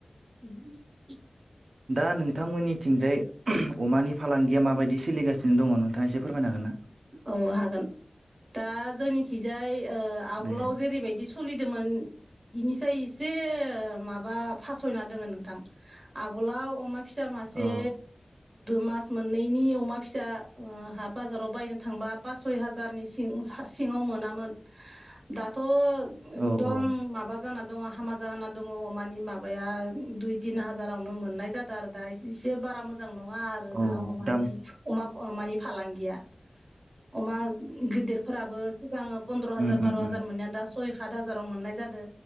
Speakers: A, on the right (about 55°); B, on the right (about 80°).
A: <inaudible>
B: दा नोंथांमोननिथिंजाय ओहोम‌ अमानि फालांगिया माबायदि सोलिगासिनो दङ नोंथाङा एसे फोरमायनो हागोन ना?
A: औ हागोन। दा जोंनिखिजाय ओ आगोलाव
B: देनाय
A: जेरैबायदि स सलिदोंमोन बेनिसाय एसे माबा फासयना दोङो नोंथां आगोलाव अमा फिसा मासे
B: औ
A: मास मोननैनि अमा फिसा ओ हा बाजाराव बायनानै थांबा पास सय हाजारनि सिं सिङाव मोनामोन। दाथ' एकदम
B: औ औ
A: माबा जाना दङ हामा जाहाना दङ अमानि माबाया दुइ तिन हाजारावनो मोननाय जादों आरो दा ए एसे बारा मोजां नङा आरो
B: औ
A: दा अमानि
B: दाम
A: अमा अमानि फालांगिया। अमा गिदिरफोराबो सिगां पन्द्र' हाजार
B: उम उम
A: बार' हाजार
B: उम
A: मोननायानो दा सय सात हाजाराव मोननाय जादों।